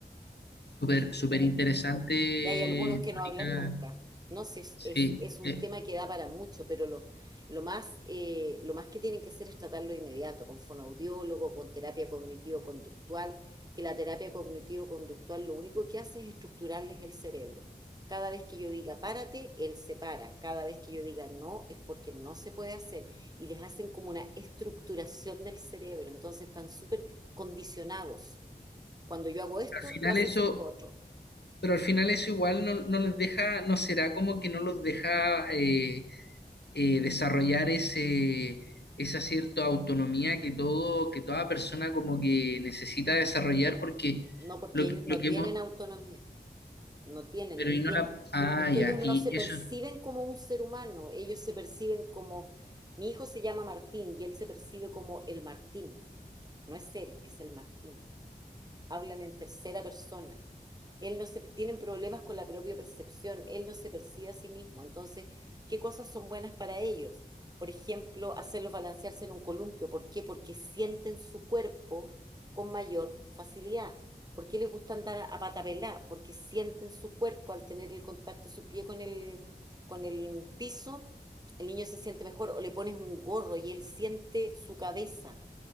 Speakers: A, on the left; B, on the right.
A: Súper,
B: No sé si
A: súper
B: te,
A: interesante,
B: y hay algunos que
A: Mónica.
B: no hablan nunca. No sé, es,
A: Sí,
B: es, es un
A: eh,
B: tema que da para mucho, pero lo, lo más, eh, lo más que tienen que hacer es tratarlo de inmediato, con fonoaudiólogo, con terapia cognitivo-conductual, que la terapia cognitivo-conductual lo único que hace es estructurarles el cerebro. Cada vez que yo diga párate, él se para. Cada vez que yo diga no, es porque no se puede hacer. Y les hacen como una estructuración del cerebro. Entonces están súper condicionados. Cuando yo hago esto,
A: al final
B: tú haces
A: eso.
B: esto otro.
A: Pero al final eso igual no, no les deja, no será como que no los deja eh, eh, desarrollar ese, esa cierta autonomía que todo, que toda persona como que necesita desarrollar, porque
B: No, porque
A: lo,
B: ellos
A: que-
B: no
A: lo que
B: tienen
A: hemos,
B: autonomía, no tienen,
A: pero
B: entien-
A: y no la, ah,
B: Es que
A: ya,
B: ellos no
A: y
B: se perciben
A: eso
B: como un ser humano, ellos se perciben como, mi hijo se llama Martín y él se percibe como el Martín, no es él, es el Martín hablan en tercera persona. Él no se, tienen problemas con la propia percepción, él no se percibe a sí mismo. Entonces, ¿qué cosas son buenas para ellos? Por ejemplo, hacerlos balancearse en un columpio. ¿Por qué? Porque sienten su cuerpo con mayor facilidad. ¿Por qué les gusta andar a patapelá? Porque sienten su cuerpo al tener el contacto, de su pie con el, con el piso, el niño se siente mejor o le pones un gorro y él siente su cabeza